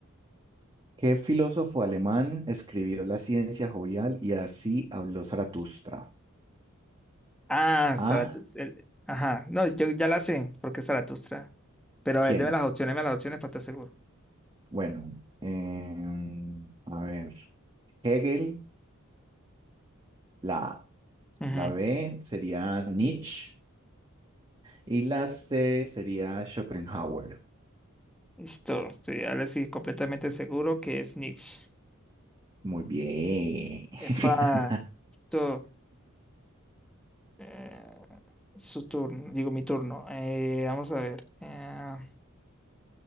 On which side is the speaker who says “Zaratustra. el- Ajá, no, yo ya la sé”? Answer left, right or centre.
Centre